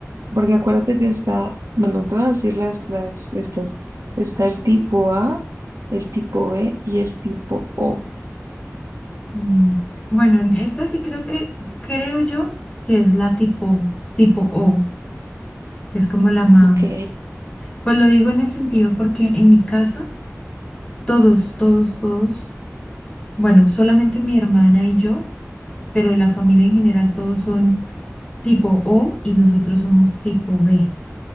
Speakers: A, on the right (about 65°); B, on the left (about 20°).
A: Porque acuérdate que está, bueno, te voy a decir las, las, estas. Está el tipo A, el tipo B y el tipo O.
B: Mm, Bueno, en esta sí creo que, creo yo que es la tipo, tipo O, que es como la más,
A: Ok,
B: pues lo digo en el sentido porque en mi casa todos, todos, todos, bueno, solamente mi hermana y yo, pero la familia en general todos son tipo O y nosotros somos tipo B.